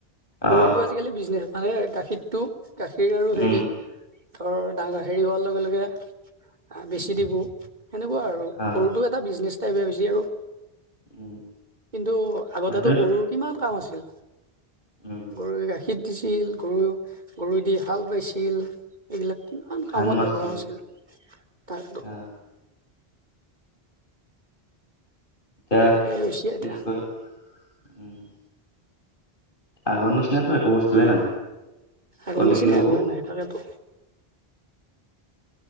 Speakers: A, on the left; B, on the right.
A: অ
B: গৰুটো আজি- আজি-কালি বিজনেছ মানে গাখীৰটো গাখীৰ আৰু হেৰি
A: উম
B: ধৰ ডাঙৰ হেৰি হোৱাৰ লগে লগে
A: উম
B: বেচি দিবো সেনেকুৱা আৰু
A: অ
B: গৰুটো এ- টা বিজনেছ টাইপে হৈছে আৰু।
A: উম
B: কিন্তু আগতে
A: মানুহে
B: তো গৰুৰ কিমান কাম আছিল
A: উম
B: গৰুৰ গা- খীত দিছিল গৰু গৰুৱে দি হাল বাইছিল। এইগিলাক কিমান
A: ধান
B: কামত
A: নাছিল
B: ব্যৱহাৰ হৈছিল। তাৰ
A: আহ এতিয়া,
B: সেই হৈছে
A: কি
B: এতিয়া
A: কৰিম? উম! আগৰ নিচিনাতো একো বস্তুৱেই নাই।
B: আগৰ
A: ক'লে
B: নিচিনা
A: কি হ'ব
B: একোৱে নাই তাকেইটো।